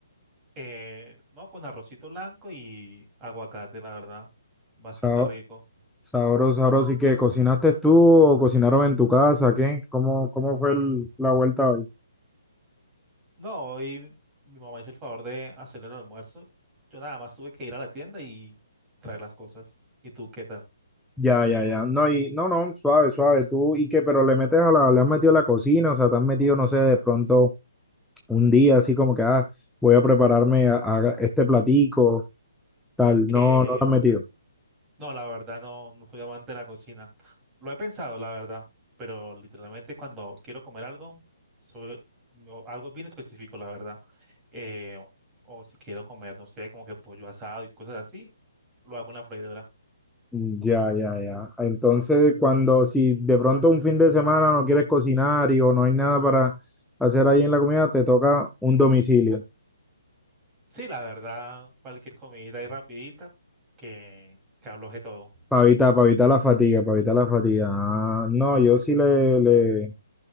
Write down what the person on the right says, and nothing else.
Eh, no, con arrocito blanco y aguacate, la verdad. Bastante
rico.
No, hoy mi mamá hizo el favor de hacer el almuerzo. Yo nada más tuve que ir a la tienda y traer las cosas. ¿Y tú qué tal?
Eh,
No, la verdad no, no soy amante de la cocina. Lo he pensado, la verdad, pero literalmente cuando quiero comer algo, sobre no, algo bien específico, la verdad. eh, o si quiero comer, no sé, como que pollo asado y cosas así, lo hago en la freidora.
Sí, la verdad, cualquier comida y rapidita que, que abloje todo.